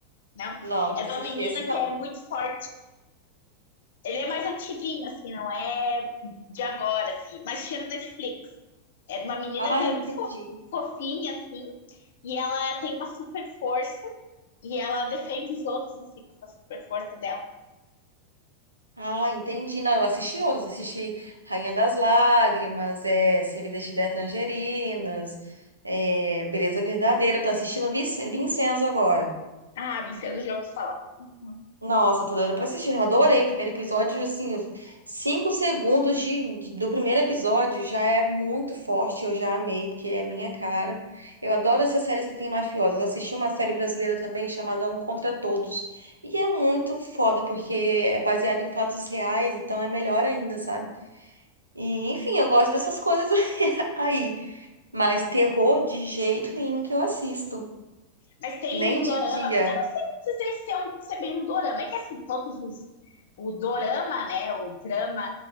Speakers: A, on the left (about 60°); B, on the right (about 80°).
A: não?
B: não, não
A: É
B: assisti
A: de uma menina
B: esse,
A: que
B: não.
A: é muito forte Ele é mais antiguinho, assim, não é de agora, assim, mas tinha no Netflix. É de uma menina
B: Ah,
A: que ela
B: entendi.
A: é muito fofinha, assim, e ela tem uma super força e ela defende os outros, assim, com essa super força dela.
B: Ah, entendi. Não, eu assisti outras. Assisti Rainha das Lágrimas, é, Servidas de Tangerinas, é, Beleza Verdadeira. Eu tô assistindo Vic- Vincenzo agora.
A: Ah, Vincenzo já ouviu falar. Uhum.
B: Nossa, tô doida pra assistir. Eu adorei o primeiro episódio. Assim, os cinco segundos de, de- do primeiro episódio já é muito forte. Eu já amei, porque é a minha cara. Eu adoro essas séries que tem mafiosas. Eu assisti uma série brasileira também chamada Um Contra Todos. E é muito foda, porque é baseado em fatos reais, então é melhor ainda, sabe? E, enfim, eu gosto dessas coisas <laughs> aí. Mas terror de jeito nenhum que eu assisto.
A: Mas tem
B: Nem
A: um dorama,
B: de dia.
A: eu não sei dizer se é, um, se é bem um dorama, é que assim, todos os. O dorama, né, o drama